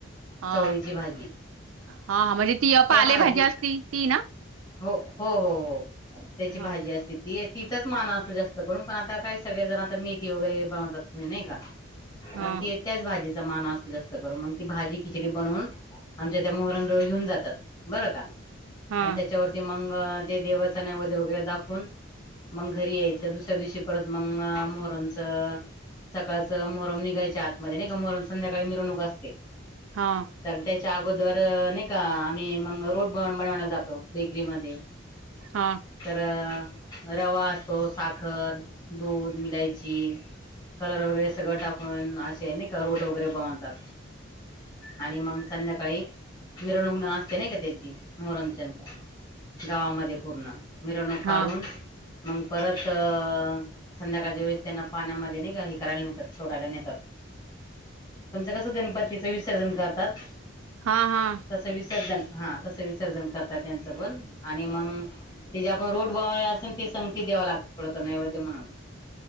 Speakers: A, on the right; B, on the left.
A: अ
B: चवळीची भाजी
A: हा म्हणजे ती अ
B: त्या
A: पालेभाजी
B: भाजी
A: असती ती ना
B: हो हो हो हो त्याची
A: हा
B: भाजी असते ती येत हिचाच मान असू जास्त कररून पण आता काही सगळेजण आता मेथी वगैरे बनतात नाही का
A: हा
B: पण ती येत्याच भाजी मान असत जास्त कर मग ती भाजी खिचडी बनवून आमच्या त्या मोहरंजवळ घेऊन जातात बरं का
A: हा
B: आणि त्याच्यावरती मंग अ ते देवच नैवेद्य वगैरे दाखवून मग घरी यायचं दुसर च्या दिवशी परत मग मोहरमच सकाळचं मोहरम निघायचे आतमध्ये नाही का मोहरम संध्याकाळी मिरवणूक असते
A: हा
B: चालते चा अगोदर नाही का आम्ही मग रोट बनवला जातो बेकरीमध्ये
A: हा
B: तर रवा असो सात खर दूध मवलायची कलर वगैरे सगळं टाकून असे ना का रोट वगैरे बनवतात आणि मग संध्याकाळी मिरणूक असते ना का त्याची मोहरमचंद गावामध्ये पूर्ण मिरवणूक
A: हा
B: काढून मग परत तर संध्याकाळच्या वेळेस त्यांना पाण्यामध्ये नाही हे करायला नेतात सोडायला नेतात कसं गणपतीच विसर्जन करतात
A: हा हा
B: तस विसर्जन हा तसं विसर्जन करतात त्यांचं पण आणि मग ते जे आपण रोड बले असेल ते संगती द्यावा लाग एथड स नैवध्य म्हणा.